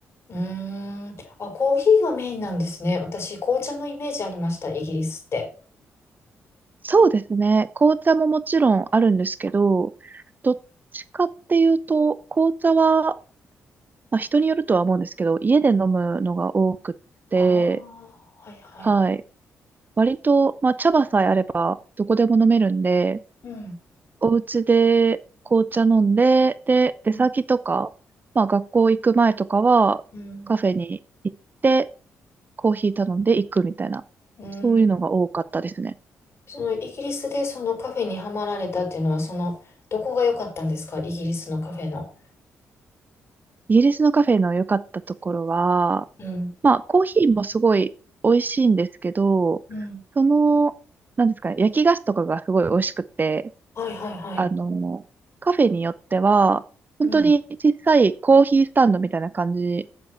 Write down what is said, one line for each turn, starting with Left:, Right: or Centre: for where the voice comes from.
Left: うーん。あ、コーヒーがメインなんですね。私、紅茶のイメージありました、イギリスって。
Right: そうですね。紅茶ももちろんあるんですけど、どっちかっていうと、紅茶は、まあ、人によるとは思うんですけど、家で飲むのが多くって、
Left: ああ、はい、はい、
Right: はい。
Left: はい。
Right: 割と、まあ、茶葉さえあれば、どこでも飲めるんで、
Left: うん。
Right: お家で紅茶飲んで、で、出先とか、
Left: うん。
Right: まあ、学校行く前とかは、
Left: うん。
Right: カフェに行って、コーヒー頼んで行くみたいな、
Left: うん
Right: そういうのが多かったですね。
Left: そのイギリスでそのカフェにはまられたっていうのは、その、どこが良かったんですかイギリスのカフェの。
Right: イギリスのカフェの良かったところは、
Left: うん。
Right: まあ、コーヒーもすごい美味しいんですけど、
Left: うん。
Right: その、なんですかね、焼き菓子とかがすごい美味しくて、
Left: はいはいはい。
Right: あの、カフェによっては、
Left: うん。
Right: 本当に小さいコーヒースタンドみたいな感じ